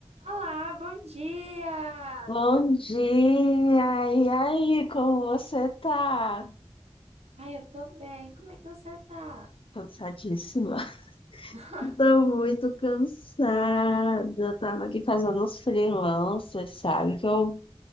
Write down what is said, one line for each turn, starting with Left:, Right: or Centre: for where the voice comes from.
Right: Olá, bom dia!
Left: Bom dia! E aí, como você tá?
Right: Ai, eu tô bem. Como é que você tá?
Left: Cansadíssima. <laughs>
Right: <laughs>
Left: Tô muito cansada. Eu tava aqui fazendo uns freelancers, sabe? Que eu,